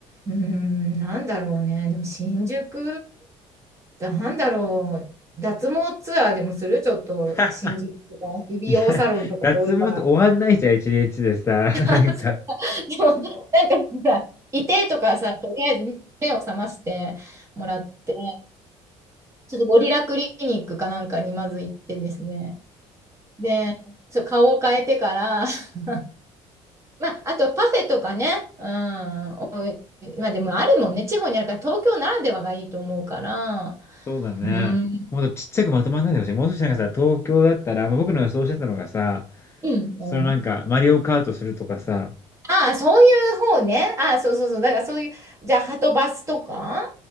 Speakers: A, on the right (about 25°); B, on the left (about 20°).
A: うーん、なんだろうね、でも新宿なんだろう、脱毛ツアーでもするちょっと新宿とか、
B: <laughs>
A: 美容サロンとか多いから。
B: いや、脱毛って終わんないじゃん、1日でさ、
A: <laughs>
B: なんか。
A: そうかでも、なんかほら、いてとかさ、とりあえず目を覚ましてもらって、ちょっとゴリラクリニックかなんかにまず行ってですね、で、そう、顔を変えてから、<laughs> まあ、あとパフェとかね、うん、おいまあでもあるもんね、地方にあるから、東京ならではがいいと思うから、
B: そうだね。
A: うん、
B: もっとちっちゃくまとまんないでほしい。もう少しなんかさ、東京だったら、まあ、僕の予想してたのがさ、
A: うん、うん。
B: そのなんか、マリオカートするとかさ、
A: ああ、そういう方ね。ああ、そうそうそう。だからそういう、じゃあ、はとバスとか